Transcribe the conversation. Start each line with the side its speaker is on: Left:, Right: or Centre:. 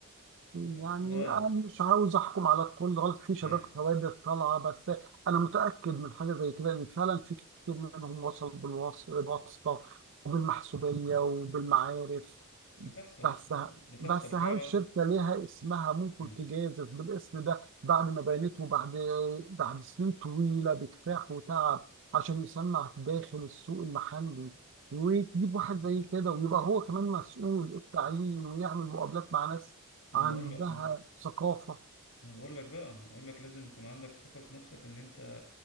Right: انا
Left: <laughs> اه
Right: مش عاوز احكم على الكل غلط في شباب
Left: هي
Right: كوادر طالعة بس انا متأكد من حاجة زي كده ان فعلا في كتير منهم وصل بالواسطة وبالمحسوبية وبالمعارف
Left: بتحصل
Right: بس
Left: بتحصل
Right: بس
Left: فعلا
Right: هل شركة ليها اسمها ممكن
Left: مم.
Right: تجازف بالاسم ده بعد ما بنته بعد بعد سنين طويلة بكفاح وتعب عشان يصنع داخل السوق المحلي وتجيب واحد زي كده ويبقى هو كمان مسؤول التعيين ويعمل مقابلات مع ناس
Left: ما
Right: عندها
Left: انا اقول لك
Right: ثقافة
Left: انا بقول لك بقى اقول لك لازم يكون عندك ثقة في نفسك ان انت